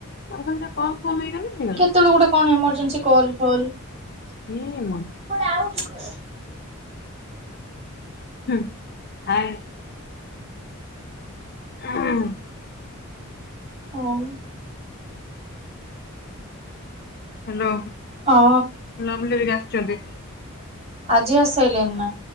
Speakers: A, on the left; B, on the right.
A: <unintelligible> ଯା କଲ୍ ଫଲ୍ ହେଇଗଲେ ହେଇଗଲା
B: କେତେବେଳେ ଗୋଟେ କଣ ଏମର୍ଜେନ୍ସି କଲ୍ ଫଲ
A: କିଏ ମୋ
B: କୁଆଡେ ଆଉଚୁ କୁଆଡେ?
A: ହୁଁ, ଆଏ ଅଁ,
B: ଆଉ
A: ହେଲୋ।
B: ହଁ।
A: ଲଭଲି ହେରିକା ଆସିଛନ୍ତି।
B: ଆଜି ଆସାଇଲଣି ନା?